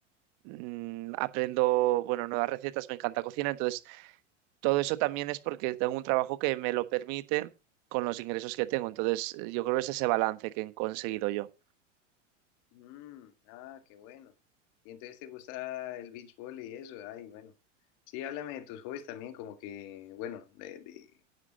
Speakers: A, on the right (about 55°); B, on the left (about 55°).
A: Mm, aprendo, bueno, nuevas recetas, me encanta cocinar, entonces todo eso también es porque tengo un trabajo que me lo permite con los ingresos que tengo. Entonces, eh, yo creo que es ese balance que he conseguido yo.
B: Mm, ah, qué bueno. Y entonces te gusta el beach volley y eso, ay, bueno. Sí, háblame de tus hobbies también, como que, bueno, de, de-